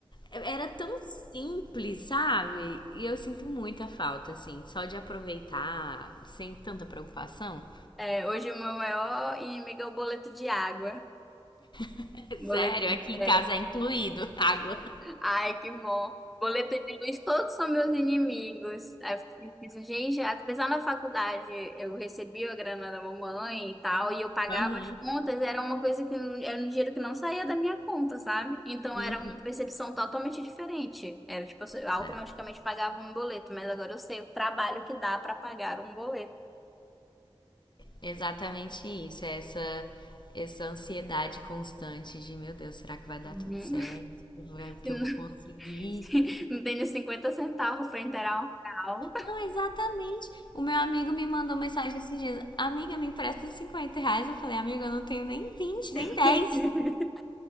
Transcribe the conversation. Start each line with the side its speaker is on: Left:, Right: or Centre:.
Left: é, era tão simples, sabe? E eu sinto muita falta, assim, só de aproveitar sem tanta preocupação.
Centre: É, é, hoje o meu maior inimigo é o boleto de água.
Left: <laughs>
Centre: Boleto.
Left: Sério, aqui em
Centre: é,
Left: casa é incluído água.
Centre: Ai, que bom. Boleto de luz, todos são meus inimigos. Aí eu fico pensando, gente, apesar na faculdade eu recebia a grana da mamãe e tal, e eu pagava
Left: Aham.
Centre: as contas, era uma coisa que não- era um dinheiro que não saía da minha conta, sabe? Então
Left: Hum.
Centre: era uma percepção totalmente diferente. Era tipo, eu automaticamente
Left: Exato.
Centre: pagava um boleto, mas agora eu sei o trabalho que dá pra pagar um boleto.
Left: Exatamente isso, é essa essa ansiedade constante de, meu Deus, será que vai dar
Centre: Uhum.
Left: tudo certo? Vai- Que
Centre: <laughs>
Left: eu vou conseguir?
Centre: Se Não não tem nem 50 centavos pra inteirar um real.
Left: Não, exatamente. O meu amigo me mandou mensagem esses dias. Amiga, me empresta 50 reais. Eu falei, amiga, eu não tenho nem vinte
Centre: <laughs>
Left: nem dez